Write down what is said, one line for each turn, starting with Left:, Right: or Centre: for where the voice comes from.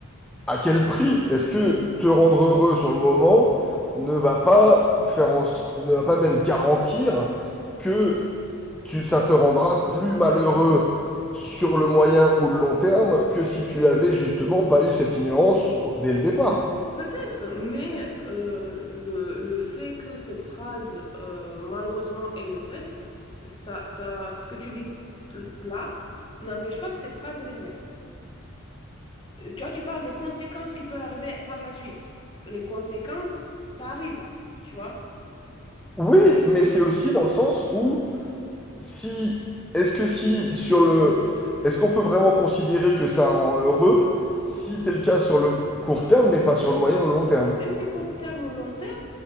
Centre: à quel prix? Est-ce que te rendre heureux sur le moment ne va pas faire en s- ne va pas même garantir que tu, ça te rendra plus malheureux sur le moyen ou le long terme que si tu avais justement pas eu cette ignorance au- dès le départ?
Left: Peut-être, mais euh, le, le fait que cette phrase, euh, malheureusement, elle est vraie, c- ça, ça, ce que tu dis là n'empêche pas que cette phrase, elle est vraie. Tu vois, tu parles des conséquences qui peuvent arriver par la suite. Les conséquences, ça arrive, tu vois.
Centre: Oui, mais c'est aussi dans le sens où Si, est-ce que si sur le, est-ce qu'on peut vraiment considérer que ça rend heureux si c'est le cas sur le court terme, mais pas sur le moyen ou le long terme?
Left: Même si c'est court terme ou long terme,